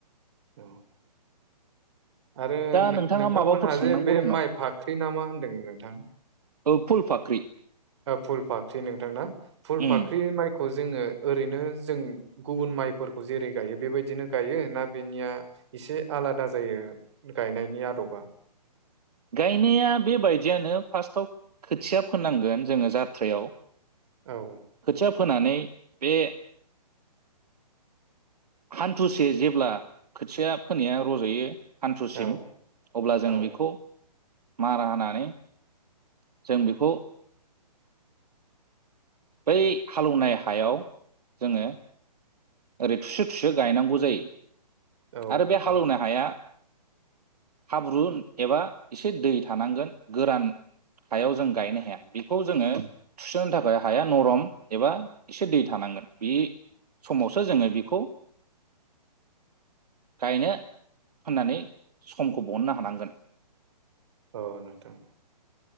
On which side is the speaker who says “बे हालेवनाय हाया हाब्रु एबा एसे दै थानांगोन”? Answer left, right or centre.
Right